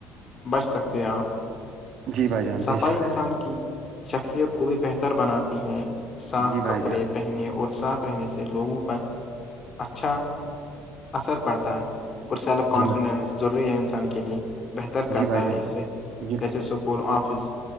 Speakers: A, on the left; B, on the right.
A: بچ سکتے ہیں آپ
B: جی بھائی جان
A: صفائی
B: بے شک
A: انسان کی شخصیت کو بھی بہتر بناتی ہیں صاف
B: جی بھائی
A: کپڑے
B: جان
A: پہننے اور صاف رہنے سے لوگوں پر اچھا اثر پڑتا ہے اور سیلف کانفیڈینس
B: جی
A: ضروری ہے انسان کے لیے بہتر
B: جی
A: کرتا
B: بھائی جان
A: ہے اس سے
B: جی
A: جیسے school office